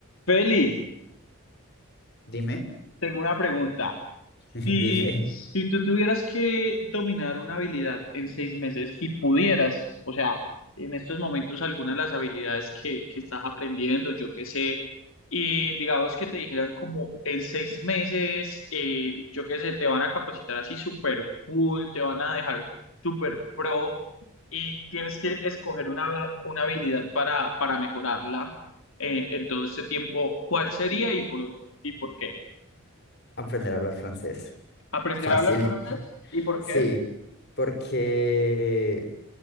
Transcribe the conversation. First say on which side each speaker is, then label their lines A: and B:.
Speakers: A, on the left (about 70°); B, on the left (about 50°).
A: Feli,
B: Dime,
A: tengo una pregunta.
B: <laughs>
A: Si,
B: dime,
A: si tú tuvieras que dominar una habilidad en seis meses, si pudieras, o sea, en estos momentos algunas de las habilidades que, que estás aprendiendo, yo qué sé, y digamos que te dijeran como en seis meses, eh, yo qué sé, te van a capacitar así súper cool, te van a dejar súper pro y tienes que escoger una, una habilidad para, para mejorarla eh, en todo este tiempo, ¿cuál sería y por, y por qué?
B: aprender a hablar francés.
A: Aprender
B: Fácil,
A: a hablar francés y por
B: sí,
A: qué.
B: porque,